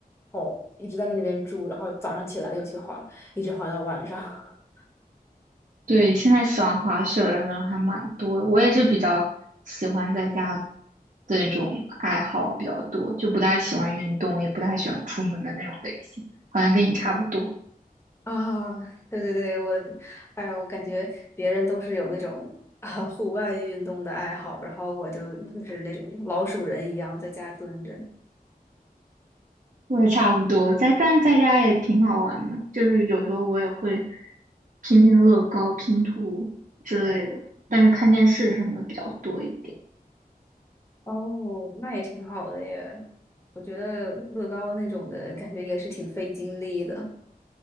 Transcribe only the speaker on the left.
哦，一直在那里边住，然后早上起来就去滑，一直滑到晚上。<laughs>
啊，对对对，我，哎，我感觉别人都是有那种啊户外运动的爱好，然后我就就是那种老鼠人一样在家蹲着。
哦，那也挺好的耶。我觉得乐高那种的感觉也是挺费精力的。